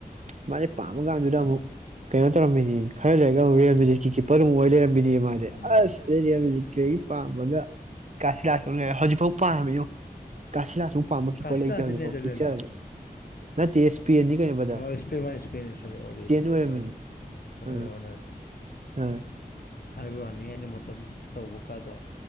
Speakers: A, on the right; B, on the left.
A: ꯃꯥꯁꯦ ꯄꯥꯝꯃ ꯀꯥꯟꯗꯨꯗ ꯑꯃꯨꯛ ꯀꯩꯅꯣ ꯇꯧꯔꯝꯃꯤꯅꯦ ꯈꯔ ꯂꯩꯔꯒ ꯑꯃꯨꯛ ꯃꯦ ꯀꯤꯄꯔ ꯑꯃꯨꯛ ꯑꯣꯏ ꯂꯩꯔ ꯂꯩꯔꯝꯃꯤꯅꯦꯃꯦ ꯃꯖꯦ
B: ꯑꯥ
A: ꯑꯗꯥꯒꯤ ꯑꯁ ꯄꯥꯕꯒ ꯀꯁꯤꯂꯁꯕ ꯍꯖꯤ ꯐꯥꯎ ꯄꯄꯥ ꯌ ꯀꯁꯤ ꯂ ꯁꯨꯡ ꯐꯃꯄ
B: ꯀꯥꯁꯤꯂꯥꯁꯦ
A: ꯂꯩꯇ ꯍꯧꯦ
B: ꯅꯦꯗꯔꯂꯦꯟꯂ
A: ꯐꯥꯎ ꯄꯤꯆꯔꯦ ꯅ ꯑꯦꯁ ꯄꯤ ꯑꯦꯅꯤ ꯀꯩꯅ
B: ꯛꯁꯄꯤ ꯃꯥ ꯑꯦꯛꯁꯄꯤꯔꯤꯌꯦꯟꯁ ꯑꯣꯏ ꯑꯣꯗꯤ
A: ꯑꯣꯏꯔꯝꯃꯤꯅꯤ
B: ꯑꯣꯔ ꯑꯣꯅꯔ
A: ꯑꯥ
B: ꯑꯣꯅꯔꯦ
A: ꯑꯥ
B: ꯍꯥꯏꯕ ꯋꯥꯅꯤ ꯑꯩꯅ ꯃꯇꯝꯗꯨ ꯇꯧꯕ ꯀꯥꯗꯣ